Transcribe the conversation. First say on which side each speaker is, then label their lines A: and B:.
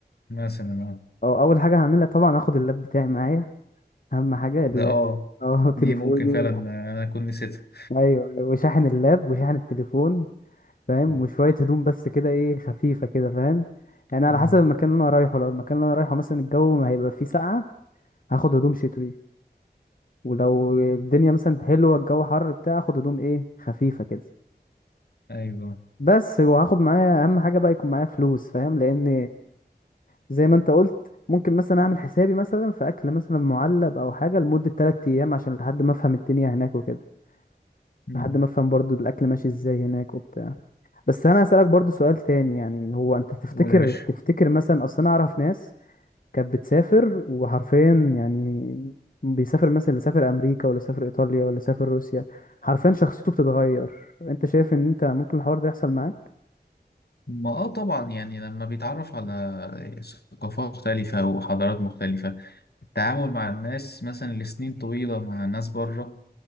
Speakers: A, on the left (about 70°); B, on the left (about 55°).
A: مثلا آه.
B: اه اول حاجة هعملها طبعا هاخد اللاب بتاعي معايا اهم حاجة اللاب
A: ده اه
B: اه <laughs>
A: دي
B: تليفوني
A: ممكن فعلا
B: وال-
A: آه، أنا أكون نسيتها
B: ايوه أيوة، وشاحن اللاب وشاحن التليفون فاهم
A: مم.
B: وشوية هدوم بس كده ايه خفيفة كده فاهم يعني على
A: مم.
B: حسب المكان اللي انا رايحه لو المكان اللي انا رايحه مثلا الجو ما هيبقى فيه ساقعة هاخد هدوم شتوي ولو الدنيا مثلا حلوة الجو حر بتاع هاخد هدوم ايه خفيفة كده
A: أيوه
B: بس وهاخد معايا اهم حاجة بقى يكون معايا فلوس فاهم لان زي ما انت قلت ممكن مثلا اعمل حسابي مثلا في اكل مثلا معلب او حاجة لمدة 3 ايام عشان لحد ما افهم الدنيا هناك وكده
A: مم.
B: لحد ما افهم برضو الاكل ماشي ازاي هناك وبتاع بس انا هسألك برضو سؤال تاني يعني هو انت تفتكر
A: قول يا باشا
B: تفتكر مثلا اصل انا اعرف ناس كانت بتسافر وحرفيا يعني بيسافر مثلا اللي سافر امريكا ولا سافر ايطاليا ولا سافر روسيا حرفيا شخصيته بتتغير انت شايف ان انت ممكن الحوار ده يحصل معاك
A: ما اه طبعا يعني لما بيتعرف على ثقافات مختلفة وحضارات مختلفة التعامل مع الناس مثلا لسنين طويلة مع ناس بره